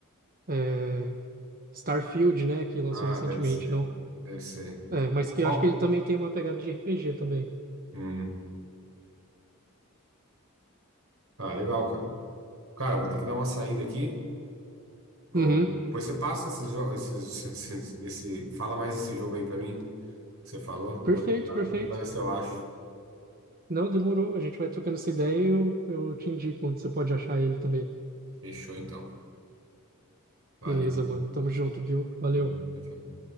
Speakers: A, on the right (about 40°); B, on the right (about 65°).
A: é, Starfield, né, que lançou
B: Ah,
A: recentemente,
B: deve ser.
A: não?
B: Deve ser.
A: É, mas que
B: Qual?
A: eu acho que ele também tem uma pegada de RPG também.
B: Hum. Ah, legal, cara. Cara, vou ter que dar uma saída aqui. Vou...
A: Uhum,
B: Depois você passa esses jogos, esses, <laughs> esses- esse... fala mais esse jogo aí pra mim. que você falou.
A: perfeito,
B: Vou tentar,
A: perfeito.
B: vou tentar ver se eu acho.
A: Não, demorou, a gente vai trocando essa ideia e eu, eu te indico onde você pode achar ele também.
B: Fechou, então. Valeu.
A: Beleza, mano, tamo junto, viu? Valeu.
B: Valeu. Tchau, tchau.